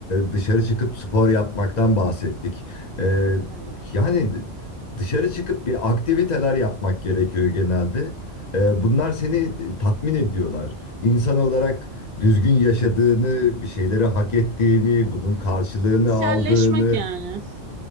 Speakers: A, on the left; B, on the right.
A: dışarı çıkıp spor yapmaktan bahsettik. E,
B: Evet.
A: yani... Dışarı çıkıp bir aktiviteler yapmak gerekiyor genelde. Ee, bunlar seni e, tatmin ediyorlar. İnsan olarak düzgün yaşadığını, bir şeyleri hak ettiğini, bunun karşılığını
B: Sosyalleşmek
A: aldığını,
B: yani.